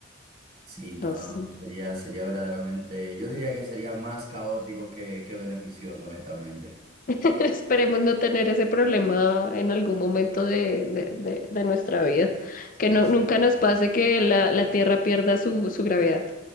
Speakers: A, on the right (about 55°); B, on the left (about 45°).
A: Sí, no,
B: Nos-
A: no, no, sería, sería verdaderamente, yo diría que sería más caótico que, que beneficioso, honestamente.
B: <laughs> esperemos no tener ese problema en algún momento de, de, de- de nuestra vida. Que
A: Sí,
B: no,
A: sí,
B: nunca nos
A: pero
B: pase que la, la Tierra pierda su, su gravedad.